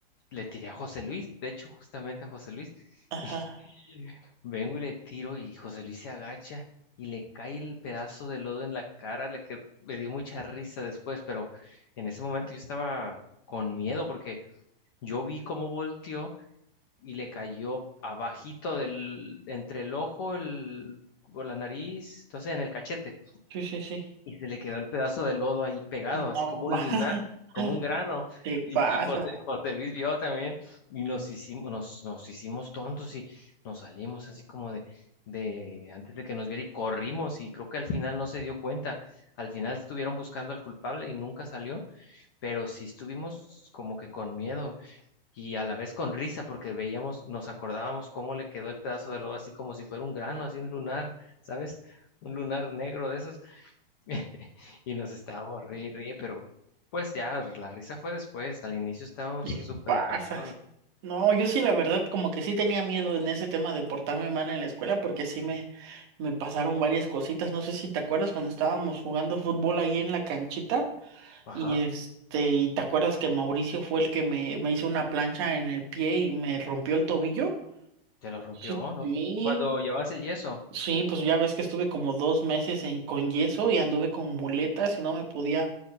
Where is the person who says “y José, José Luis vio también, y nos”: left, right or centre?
Left